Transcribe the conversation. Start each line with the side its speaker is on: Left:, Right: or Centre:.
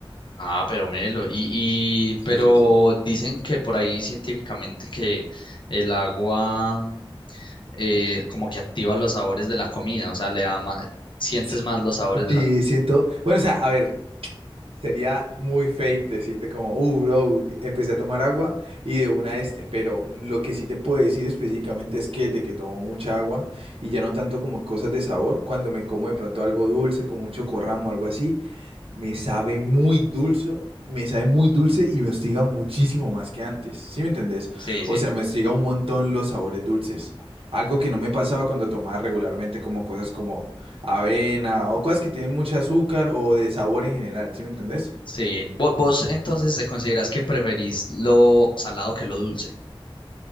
Left: Ah, pero Melo, y, y
Right: Sí,
Left: pero
Right: sí, sí.
Left: dicen que por ahí científicamente que el agua eh, como que activa los sabores de la comida, o sea, le da más, sientes
Right: <laughs> Sí,
Left: más los sabores
Right: sí,
Left: de la comida.
Right: siento. Bueno, o sea, a ver. Sería muy fake decirte como, uh, bro, empecé a tomar agua y de una este, pero lo que sí te puedo decir específicamente es que de que tomo mucha agua y ya no tanto como cosas de sabor, cuando me como de pronto algo dulce, como un chocorramo o algo así, me sabe muy dulce, me sabe muy dulce y me hostiga muchísimo más que antes, ¿sí me entendés?
Left: Sí, sí.
Right: O sea,
Left: te-
Right: me hostiga un montón los sabores dulces. Algo que no me pasaba cuando tomaba regularmente como cosas como avena o cosas que tienen mucho azúcar o de sabor en general, ¿sí me entendés?
Left: Sí. Vo- ¿Vos, entonces te considerás que preferís lo salado que lo dulce?